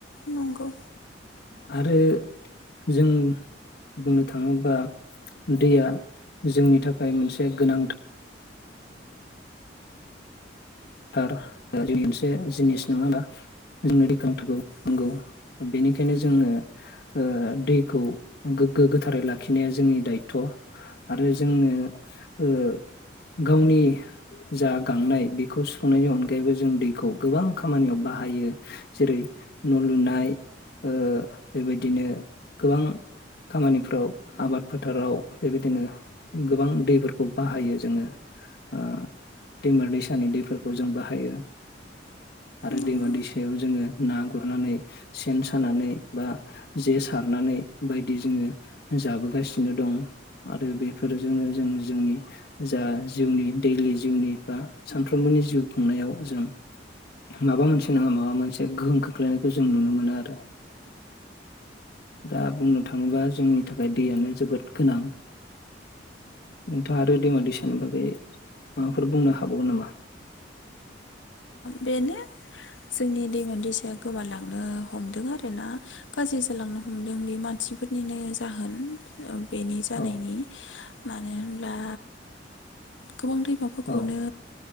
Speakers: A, on the left (about 85°); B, on the left (about 60°).
A: नंगौ।
B: आरो जों बुंनो थांङोबा दैया जोंनि थाखाय मोनसे गोनां थार जोंनि मोनसे जिनिस नंङा होनबा? जोंनो दैखौ नांथारगौ। नांगौ
A: उम
B: बेनिखायनो
A: उम
B: जोंनो ओ दैखौ गोग्गो गोथारै लाखिनाया जोंनि दायथ' आरो जोंङो ओ गावनि जा गांनाय बे खौ सुखुंनायनि अनगायैबो जों दैखौ गोबां खामानियाव बाहायो। जेरै न'लुनाय ओ बेबायदिनो गोबां खामानिफ्राव आबाद फोथाराव बेबायदिनो गोबां दैफोरखौ बाहायो जोंङो। ओ दैमा दैसानि दै फोरखौ जों बाहायो। आरो
A: नंगौ
B: दैमा दैसायाव जोंङो ना गुरनानै सेन सानानै बा जे सारनानै बायदि जोंङो जाबोगासिनो दं। आरो बेफोरजोंनो जों जोंनि जा जिउनि दैलि जिउनि बा सान फ्रोमबोनि जिउ खुंनायाव जों माबा मोनसे नंङा माबा मोनसे गोहोम खोख्लैनायखौ जों नुनो मोनो आरो। दा बुंनो थांङोबा जोंनि थाखाय दैयानो जोबोद गोनां‌ उम नोंथांङा आरो दैमा दै सानि बागै माबाफोर बुंनो हाबावगोन नामा? <inaudible>
A: बेनो जोंनि दैमा दैसाया गोमालांनो हमदों आरो ना गाज्रि जालांनो हमदों बे मानसिफोरनिनो जाहोन बेनि जानायनि
B: औ
A: मानो होनब्ला गोबां दैमाफोरखौनो
B: औ